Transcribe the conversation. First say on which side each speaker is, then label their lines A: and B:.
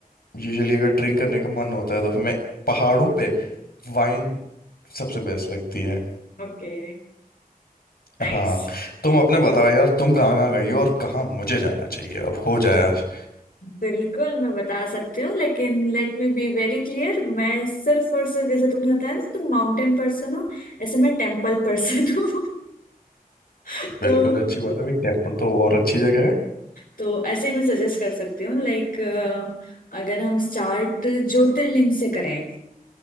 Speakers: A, on the left; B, on the left.
A: यूजुअली अगर ड्रिंक करने का मन होता है तो फिर मैं पहाड़ों पे वाइन सबसे बेस्ट लगती है
B: Okay nice
A: हाँ तुम अपने बताओ यार तुम कहाँ कहाँ गई हो और कहाँ मुझे जाना चाहिए अब हो जाए आज
B: बिल्कुल मैं बता सकती हूँ लेकिन let me be very clear मैं सिर्फ और सिर्फ जैसे तुमने बताया ना तुम माउंटेन पर्सन हो ऐसे मैं टेम्पल पर्सन हूँ <laughs>
A: बिल्कुल
B: तो
A: अच्छी बात है भाई टेम्पल तो और अच्छी जगह है
B: तो ऐसे ही मैं सजेस्ट कर सकती हूँ लाइक अगर हम स्टार्ट ज्योतिर्लिंग से करें